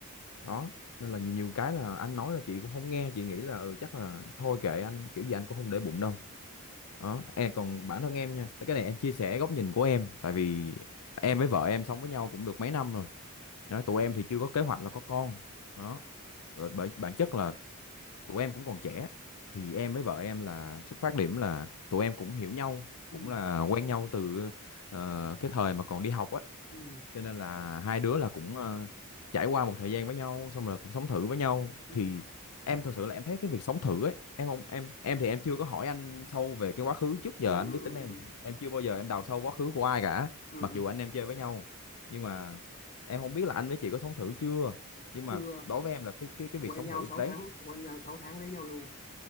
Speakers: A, on the left; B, on the left.
A: đó nên là nhiều, nhiều cái là anh nói là chị cũng không nghe chị nghĩ là ừ, chắc là thôi kệ anh kiểu gì anh cũng không để bụng đâu đó em còn bản thân em nha cái này em chia sẻ góc nhìn của em tại vì em với vợ em sống với nhau cũng được mấy năm rồi đó, tụi em thì chưa có kế hoạch là có con đó rồi bởi bản chất là tụi em cũng còn trẻ thì em với vợ em là xuất phát điểm là tụi em cũng hiểu nhau
B: ừ,
A: cũng là quen nhau từ ờ, cái thời mà còn đi học á
B: ừ,
A: cho nên là hai đứa là cũng ờ, trải qua một thời gian với nhau xong rồi cũng sống thử với nhau
B: ừ,
A: thì em thật sự là em thấy cái việc sống thử ấy em không em em thì em chưa có hỏi anh sâu về cái quá khứ trước giờ
B: ừ,
A: anh
B: ừ,
A: biết
B: ừ.
A: tính em
B: ừ.
A: em chưa bao giờ em đào sâu quá khứ của ai cả
B: ừ,
A: mặc
B: ừ.
A: dù anh em chơi với nhau nhưng mà em không biết là anh với chị có sống thử chưa nhưng mà
B: chưa
A: đối với em là cái cái cái việc
B: quen
A: sống
B: nhau
A: thử
B: sáu
A: đấy
B: tháng quen nhau 6 tháng lấy nhau luôn